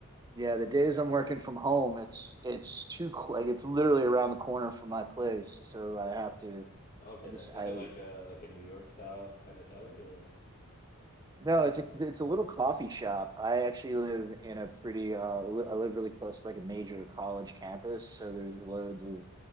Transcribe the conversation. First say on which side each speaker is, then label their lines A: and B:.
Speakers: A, on the right; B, on the left.
A: Yeah, the days I'm working from home, it's it's too cl- like it's literally around the corner from my place, so I have to.
B: Oh, Okay,
A: I just
B: nice. Is
A: I
B: it like a like a New York style kind of deli or?
A: no, it's a it's a little coffee shop. I actually live in a pretty uh li- I live really close to like a major college campus, so there's loads of